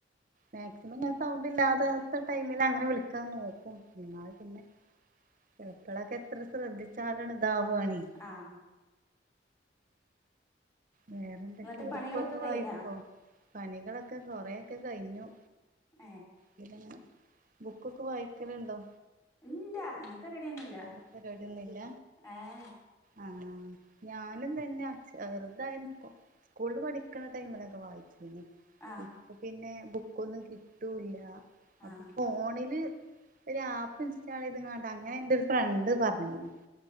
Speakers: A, on the right; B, on the left.
A: മാക്സിമം ഞാൻ സൗണ്ട് ഇല്ലാത്ത ടൈമിലങ്ങനെ വിളിക്കാൻ നോക്കും എന്നാ പിന്നെ ചെൽപ്പളൊക്കെ എത്ര ശ്രദ്ധിച്ചാലാണ് ഇ ദാവ്വാണി
B: ആഹ്
A: വേറെന്തൊക്കെ
B: എന്നിട്ട്
A: ബുക്കൊക്കെ
B: പണികളൊക്കെ കഴിഞ്ഞാ
A: വായിക്കോ പണികളൊക്കെ കൊറെയൊക്കെ കഴിഞ്ഞു.
B: ഏഹ്
A: പിന്നേ ബുക്കൊക്കെ വായിക്കലുണ്ടോ?
B: ഇല്ല അങ്ങനത്തെ പരിവാടിയൊന്നുല്ല
A: അങ്ങനത്തെ പരിപാടിയൊന്നുമില്ല
B: ഏഹ് ഏഹ്
A: ആഹ് ഞാനും തന്നെ അച്ചാറ് ഇതയി സ്കൂള് പഠിക്ക്ണ ടൈമിലൊക്കെ വായിച്ചിര്ന്നു.
B: ആഹ്
A: പിന്നെ ബുക്കൊന്നും കിട്ടൂല്ല അപ്പൊ
B: ആഹ്
A: ഫോണില് ഒരാപ്പ് ഇൻസ്റ്റാൾ ചെയ്ത്കാണ്ട് അങ്ങനെ എൻറ ഒരു ഫ്രണ്ട് പറഞ്ഞീനു